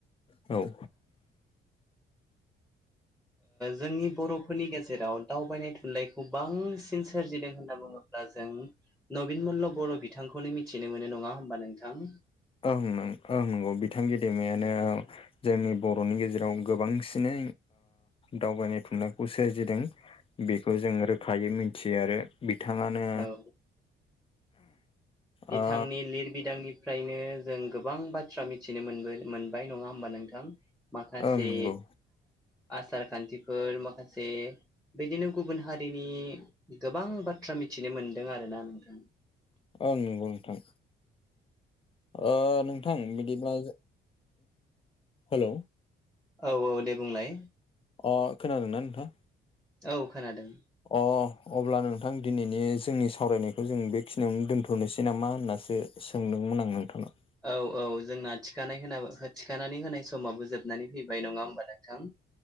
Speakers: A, on the left; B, in the centre.
A: औ
B: जोंनि बर' फोरनि गेजेराव दावबायनाय थुनलाइखौ बांसिन सोरजिदों होनना बुङोब्ला जों नबिन मल्ल बर' बिथांखौनो मिथिनो मोनो नङा होनबा नोंथां
A: ओंं ओं नंगौ बिथां गेदेमायानो औ जोंनि बर'नि गेजेराव गोबांसिनै दावबायनाय थुनलाइखौ सोरजिदों बेखौ जों रोखायै मिथियो आरो बिथाङानो
B: औ बिथांनि
A: ओ
B: लिर बिदांनिफ्रायनो जों गोबां बाथ्रा मिथिनो मोन मोनबाय नङा होमबा नोंथां माखासे
A: ओं नंगौ
B: आसार खान्थिफोर माखासे बिदिनो गुबुन हारिनि गोबां बाथ्रा मिथिनो मोनदों आरोना नोंथां
A: ओं नंगौ नोंथां ओ नोंथां बिदिब्ला हेल'
B: औ औ दे बुंलाय
A: अ खोनादोंना नोंथां
B: औ खोनादों
A: अ अब्ला नोंथां दिनैनि जोंनि सावरायनायखौ जों बेखिनियावनो दोन्थ'नोसै नामा होननासो सोंदोंमोन आं नोंथांनाव
B: औ औ जोंना थिखानाय होनो थिखानानै होनाय समाबो जोबनानै फैबाय नङा होमबा नोंथां